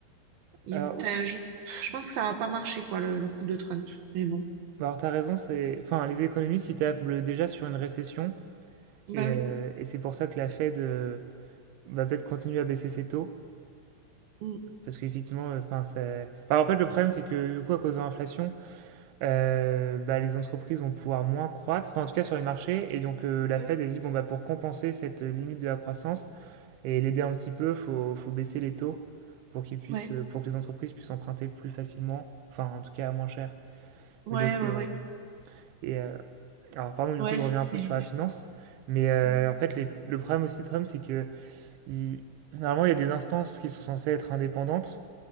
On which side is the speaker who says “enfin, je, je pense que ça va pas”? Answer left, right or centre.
Right